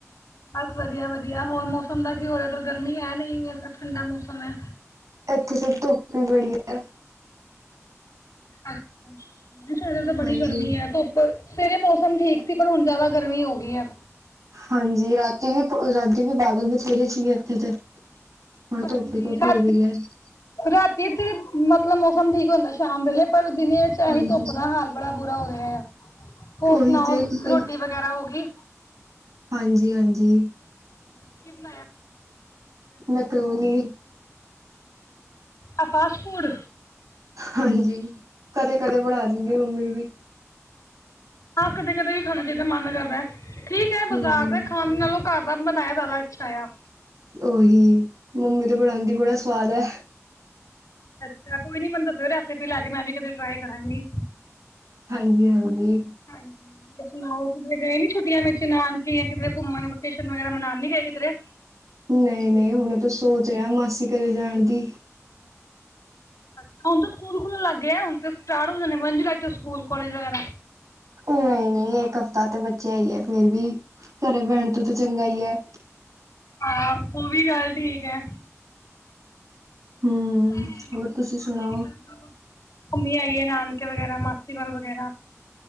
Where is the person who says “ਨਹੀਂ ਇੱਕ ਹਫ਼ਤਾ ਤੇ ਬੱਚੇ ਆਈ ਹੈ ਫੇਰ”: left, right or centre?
Right